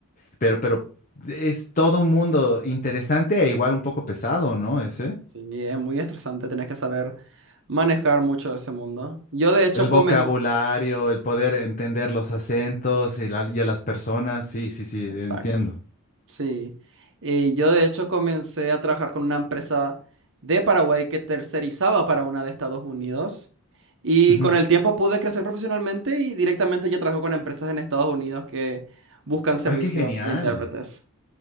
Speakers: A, on the left; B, on the right.
A: Pero, pero es todo un mundo interesante e igual un poco pesado, ¿no? Ese.
B: sí, es muy estresante, tenés que saber manejar mucho ese mundo. Yo de hecho
A: El
B: comencé...
A: vocabulario, el poder entender los acentos y, la- y a las personas. Sí, sí, sí,
B: Exacto.
A: entiendo.
B: Sí, Eh, yo de hecho comencé a trabajar con una empresa de Paraguay que tercerizaba para una de Estados Unidos y
A: Ujú.
B: con el tiempo pude crecer profesionalmente y directamente ya trabajo con empresas en Estados Unidos que buscan servicios
A: Ah, qué genial.
B: de intérpretes.